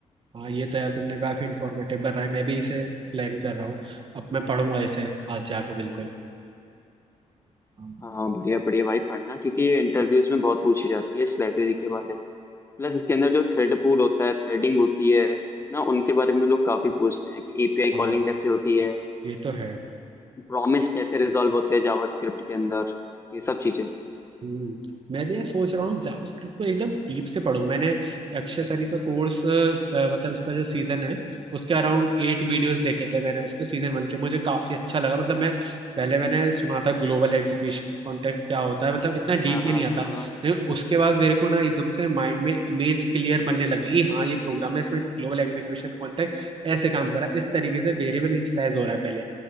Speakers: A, on the right; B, on the left.
A: हाँ ये तो यार तुमने काफी इंफॉर्मेटिव बताया मैं भी इसे प्लान कर रहा हूँ अब मैं पढ़ूंगा इसे आज जाके बिल्कुल हाँ
B: हाँ बढ़िया बढ़िया भाई पढ़ना क्योंकि ये इंटरव्यूज में बहुत पूछी जाती है इस लाइब्रेरी के बारे में प्लस इसके अंदर जो थ्रेड पूल होता है थ्रेडिंग होती है ना उनके बारे में लोग काफी पूछते हैं कि एपीआई
A: हाँ,
B: कॉलिंग कैसे होती है
A: ये तो है
B: प्रॉमिस कैसे रिजॉल्व होते हैं जावास्क्रिप्ट के अंदर ये सब चीजें
A: हम्म, मैं भी ये सोच रहा हूँ जावास्क्रिप्ट को एकदम डीप से पढूं मैंने अक्षय सैनी का कोर्स मतलब उसका जो सीजन है उसके अराउंड एट वीडियोस देखे थे मैंने उसके सीजन वन के मुझे काफी अच्छा लगा मतलब मैं पहले मैंने सुना था ग्लोबल एग्जीक्यूशन कॉन्टेक्स्ट क्या होता है मतलब इतना डीप
B: हाँ हाँ
A: में नहीं आता
B: हाँ
A: लेकिन उसके बाद मेरे को ना एकदम से माइंड में इमेज क्लियर बनने लगी कि हाँ ये प्रोग्राम है इसमें ग्लोबल एग्जीक्यूशन कॉन्टेक्स्ट ऐसे काम कर रहा है इस तरीके से वेरिएबल इनिशियलाइज हो रहा है पहले